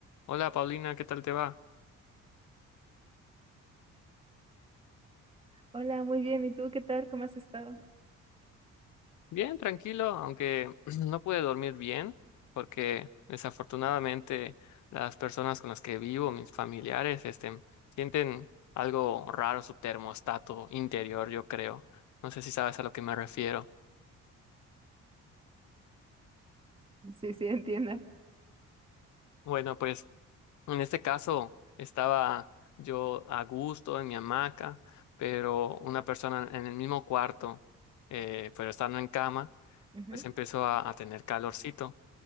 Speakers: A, on the left (about 70°); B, on the right (about 20°).
A: Hola Paulina, ¿qué tal te va?
B: Hola, muy bien. ¿Y tú qué tal? ¿Cómo has estado?
A: Bien, tranquilo, aunque <clears throat> no pude dormir bien porque desafortunadamente las personas con las que vivo, mis familiares, este, sienten algo raro su termostato interior, yo creo. No sé si sabes a lo que me refiero.
B: Sí, sí, entiendo.
A: Bueno, pues en este caso estaba yo a gusto en mi hamaca, pero una persona en el mismo cuarto, eh, pero estando en cama,
B: Ujú.
A: pues empezó a a tener calorcito.